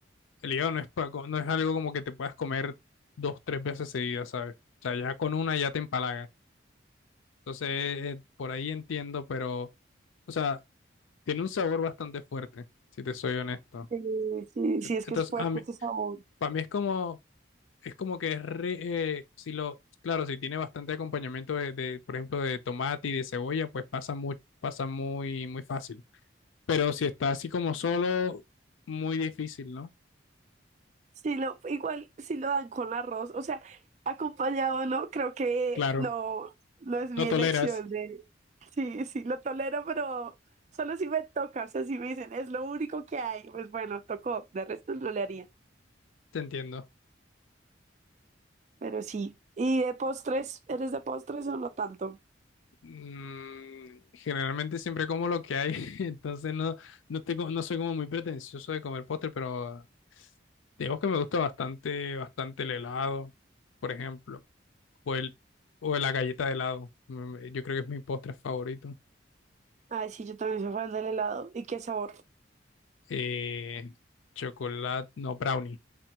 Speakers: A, on the left; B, on the right.
A: El hígado no es, pa- co- no es algo como que te puedas comer dos, tres veces seguidas, ¿sabes? O sea, ya con una ya te empalaga. Entonces, eh, eh, por ahí entiendo, pero, o sea, tiene un sabor bastante fuerte, si te soy honesto.
B: Sí, sí, sí,
A: Et-
B: es
A: Entonces,
B: que es fuerte
A: a mí,
B: ese sabor.
A: para mí es como, es como que es, ri- eh, si lo, claro, si tiene bastante acompañamiento de, de, por ejemplo, de tomate y de cebolla, pues pasa muy, pasa muy, muy fácil. Pero si está así como solo, muy difícil, ¿no?
B: Sí, lo, igual si lo dan con arroz, o sea, acompañado, ¿no? Creo que
A: Claro,
B: no, no es mi
A: lo
B: elección
A: toleras,
B: de, sí, sí, lo tolero, pero solo si me toca, o sea, si me dicen, es lo único que hay, pues bueno, tocó, de resto no le haría,
A: te entiendo.
B: pero sí. ¿Y de postres? ¿Eres de postres o no tanto?
A: Mm, generalmente siempre como lo que hay, <laughs> entonces no, no tengo, no soy como muy pretencioso de comer postre, pero digamos que me gusta bastante, bastante el helado, por ejemplo, o el, o la galleta de helado. Mm, Yo creo que es mi postre favorito.
B: Ay, sí, yo también soy fan del helado. ¿Y qué sabor?
A: Eh, chocolate, no, brownie,